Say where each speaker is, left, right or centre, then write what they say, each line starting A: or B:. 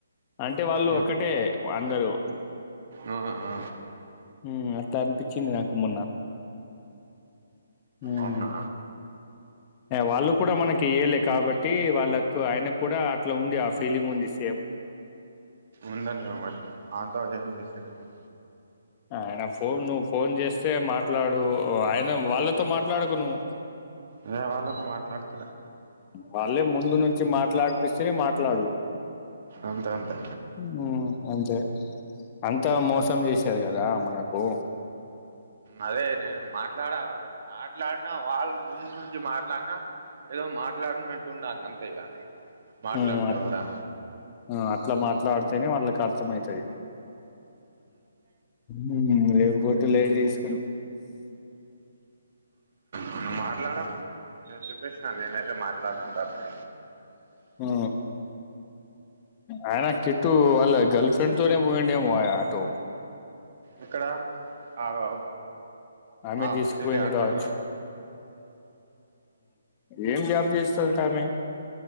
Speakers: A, on the left; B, on the right.
A: అంటే వాళ్ళు
B: ఆ
A: ఒకటే అందరూ
B: ఆ ఆ
A: మ్మ్ అట్లాఅనిపించింది నాకు మొన్న మ్మ్
B: అవునా
A: వాళ్ళు కూడా మనకి ఇయ్యలే కాబట్టి వాళ్ళకు ఆయనకు కూడా అట్లా ఉంది ఆ ఫీలింగ్ ఉంది సేమ్
B: ఉందంగా మరి అతో ఏం చేసేదని
A: ఆయన ఫోన్ నువ్వు ఫోన్ చేస్తే మాట్లాడు ఆయన వాళ్ళతో మాట్లాడకు నువ్వు
B: లే వాళ్ళతో మాట్లాడుతలే
A: వాళ్ళే ముందు నుంచి మాట్లాడిపిస్తే మాట్లాడు
B: అంతే అంతే
A: మ్మ్ అంతే అంతా మోసం చేశారు కదా మనకు
B: అదే నేను మాట్లాడా మాట్లాడిన వాళ్ళ ముందు నుంచి మాట్ అట్లాన్నా ఏదో మాట్లాడినట్టు ఉండాలి అంతేఇగా మాట్లాడినా
A: మ్మ్
B: కూడా
A: ఆ అట్లా మాట్లాడితేనే వాళ్ళకి అర్థం అయితది మ్మ్ లేవు బోత్ లేడిస్
B: మన్న మాట్లాడం నేను చూపిస్తుా నేనైతే మాట్లాడను తప్పే
A: ఆ ఆయన కిట్టు వాళ్ళ గర్ల్ ఫ్రెండ్ తోనే పోయంండడి ఏమో ఆటో
B: ఇక్కడ ఆ ఆ
A: ఆమె
B: ఆ
A: తీసుకుపోయింది
B: ఢిలీ అక్కడ
A: కావచ్చు ఏం జాబ్ చేస్త తామ